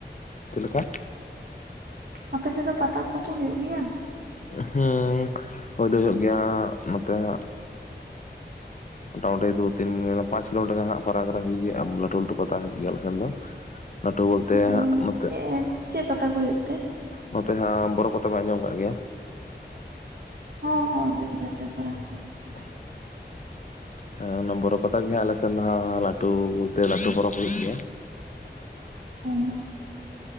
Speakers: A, on the left; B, on the right.
A: ᱪᱮᱫ ᱞᱮᱠᱟ?
B: ᱟᱯᱮᱥᱮᱫ ᱫᱚ ᱯᱟᱛᱟ ᱯᱚ ᱠᱚ ᱦᱩᱭᱩᱜ ᱜᱮᱭᱟ?
A: ᱦᱩᱸ ᱦᱳᱭ ᱫᱚ ᱦᱩᱭᱩᱜ ᱜᱮᱭᱟ ᱱᱚᱛᱮ ᱦᱟᱸᱜ ᱢᱳᱴᱟᱢᱩᱴᱤ ᱫᱩ ᱛᱤᱱ ᱯᱟᱸᱪ ᱠᱤᱞᱳᱢᱤᱴᱟᱨ ᱜᱟᱱ ᱦᱟᱸᱜ ᱯᱷᱟᱨᱟᱠ ᱨᱮ ᱦᱚᱭᱩᱜ ᱜᱮᱭᱟ ᱦᱟᱸᱜ ᱞᱟᱹᱴᱩ ᱞᱟᱹᱴᱩ ᱯᱟᱛᱟ ᱦᱩᱭᱩᱜ ᱜᱮᱭᱟ ᱟᱞᱮᱥᱮᱱ ᱫᱚ᱾ ᱞᱟᱹᱴᱩ ᱵᱚᱞᱛᱮ
B: ᱟᱫᱚ
A: ᱦᱟᱸᱜ ᱱᱚᱛᱮ
B: ᱪᱮᱫ ᱪᱮᱫ ᱯᱟᱛᱟ ᱠᱚ ᱦᱩᱭᱩᱜ ᱛᱮ?
A: ᱱᱚᱛᱮ ᱦᱟᱸᱜ ᱵᱚᱨᱚ ᱯᱟᱛᱟ ᱵᱮᱱ ᱟᱸᱡᱚᱢ ᱠᱟᱜ ᱜᱮᱭᱟ?
B: ᱦᱚᱸ ᱦᱚᱸ ᱟᱡᱚᱢ ᱫᱚ ᱟᱡᱚᱢ ᱵᱟᱲᱟ ᱦᱩᱭᱠᱟᱱᱟ᱾
A: <inaudible> ᱦᱮᱸ ᱚᱱᱟ ᱵᱚᱨᱚ ᱯᱟᱛᱟ ᱜᱮ ᱦᱟᱸᱜ ᱟᱞᱮᱥᱱ ᱫᱚ ᱦᱟᱸᱜ ᱞᱟᱹᱴᱩ ᱵᱚᱞᱛᱮ ᱞᱟᱹᱴᱩ ᱯᱚᱨᱚᱵᱽ ᱦᱩᱭᱩᱜ ᱜᱮᱭᱟ᱾
B: ᱚ᱾